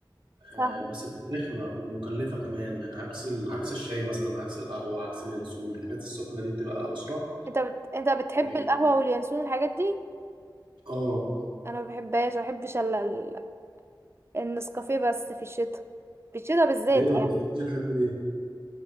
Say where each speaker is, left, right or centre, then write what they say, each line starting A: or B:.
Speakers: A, on the right; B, on the right.
A: فاهم
B: آه، بس بتبقى رخمة ومكلفة كمان يعني عكس ال... عكس الشاي مثلا عكس القهوة عكس اليانسون الحاجات السخنة دي بتبقى أسرع
A: انت بت... انت بتحب
B: و...
A: القهوة واليانسون الحاجات دي
B: اه
A: انا ما بحبهاش ما بحبش الا ال- النسكافيه بس في الشتاء في الشتاء بالذات
B: ليه ما
A: يعني
B: بتحبيش الحاجات دي ليه؟